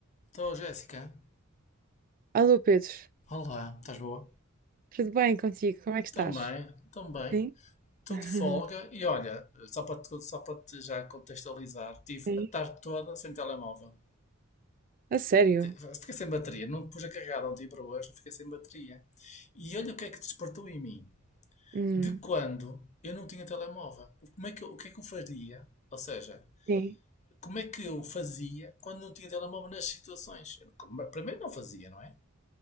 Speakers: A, on the left (about 35°); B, on the right (about 40°).
A: Estou, Jéssica.
B: Alô Pedro,
A: Olá, estás boa?
B: tudo bem contigo? Como é que
A: Também,
B: estás?
A: também.
B: Sim,
A: Estou
B: <laughs>
A: de folga e olha, só para te, só para te já contextualizar, tive
B: sim,
A: a tarde toda sem telemóvel.
B: A sério?
A: Te- Fiquei sem bateria, não pus a carregar ontem para hoje, fiquei sem bateria. E olha o que é que despertou em mim.
B: Hum,
A: De quando eu não tinha telemóvel. Como é que eu- o que é que eu faria? Ou seja,
B: sim.
A: como é que eu fazia quando não tinha telemóvel nas situações? Eu, como- Primeiro não fazia, não é?